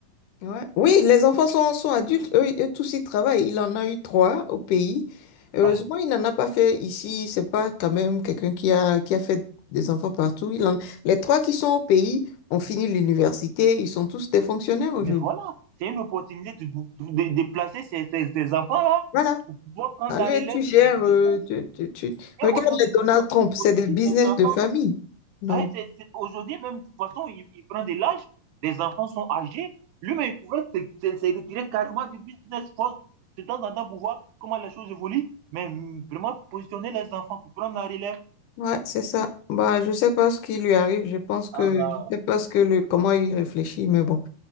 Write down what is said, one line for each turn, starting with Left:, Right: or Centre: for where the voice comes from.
Left: Ouais. Oui, les enfants sont, sont adultes, eux, eux tous ils travaillent. Il en a eu trois au pays. Heureusement,
Right: Ah,
Left: il n'en a pas fait ici. C'est pas quand même quelqu'un qui a, qui a fait des enfants partout. Il en- Les trois qui sont au pays ont fini l'université. Ils sont tous des fonctionnaires aujourd'hui.
Right: Mais voilà, c'est une opportunité de, de, de placer ces, ces, ces enfants-là
Left: Voilà.
Right: pour pouvoir prendre
Left: Allez,
Right: la relève
Left: tu gères.
Right: du, du business.
Left: euh, tu, tu- tu-
Right: Et
Left: Regarde
Right: aujourd'hui,
Left: les Donald Trump, c'est
Right: aujourd'hui,
Left: des business
Right: ces enfants
Left: de famille. Donc,
Right: Ouais, c'est- c'est- Aujourd'hui, même, de toute façon, il, il prend de l'âge, les enfants sont âgés. Lui-même, il pouvait se, se- se retirer carrément du business force de temps en temps pour voir comment les choses évoluent, mais mm, vraiment positionner les enfants pour prendre la relève.
Left: Ouais, c'est ça. Bah, je sais pas ce qui lui arrive. Je pense que
Right: Ah là,
Left: je sais pas ce que le comment il réfléchit, mais bon.